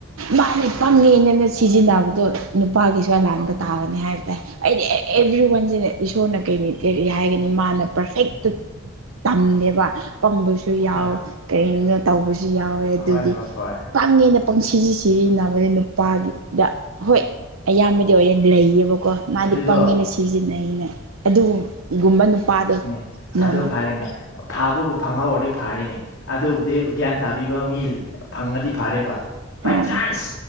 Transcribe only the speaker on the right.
ꯃꯥꯅꯦ ꯄꯪꯉꯦꯅꯦꯅ ꯁꯤꯖꯤꯟꯅꯕꯗꯣ ꯅꯨꯄꯥꯒꯤꯁꯨ ꯑ ꯂꯥꯟꯕ ꯇꯥꯕꯅꯤ ꯍꯥꯏꯕ ꯇꯥꯏ ꯑꯩꯗꯤ ꯑꯦꯚ꯭ꯔꯤꯋꯥꯟꯁꯤꯅ ꯏꯁꯣꯔꯅ ꯀꯔꯤ ꯀꯔꯤ ꯍꯥꯏꯒꯅꯤ ꯃꯥꯅ ꯄꯔꯐꯦꯛꯇꯨ ꯇꯝꯗꯦꯕ ꯄꯪꯕꯁꯨ ꯌꯥꯎ
ꯀꯔꯤꯅꯣ ꯇꯧꯕꯁꯨ ꯌꯥꯎꯋꯦ ꯑꯗꯨꯒꯤ
ꯄꯪꯉꯦꯅ ꯄꯪ ꯁꯤꯖꯤ ꯁꯤꯖꯤꯟꯅꯕꯅꯦ ꯅꯨꯄꯥꯒꯤꯗ ꯍꯣꯏ ꯑꯌꯥꯝꯕꯗꯤ ꯑꯣꯏꯅ ꯂꯩꯌꯦꯕꯀꯣ ꯃꯥꯗꯤ
ꯄꯪꯉꯦꯅ ꯁꯤꯖꯤꯟꯅꯩꯩꯅ ꯑꯗꯨꯒꯨꯝꯕ ꯅꯨꯄꯥꯗꯣ
ꯅꯣ
ꯅꯣ
ꯑꯥ